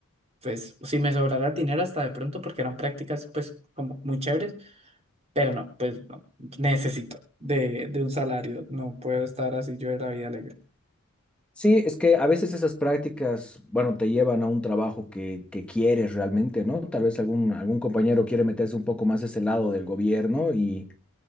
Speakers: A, on the right; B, in the centre.
A: pues si me sobrará dinero hasta de pronto porque eran prácticas pues como muy chéveres, pero no, pues no, necesito de, de un salario, no puedo estar así yo de la vida alegre.
B: Sí, es que a veces esas prácticas, bueno, te llevan a un trabajo que, que quieres realmente, ¿no? Tal vez algún, algún compañero quiere meterse un poco más a ese lado del gobierno y,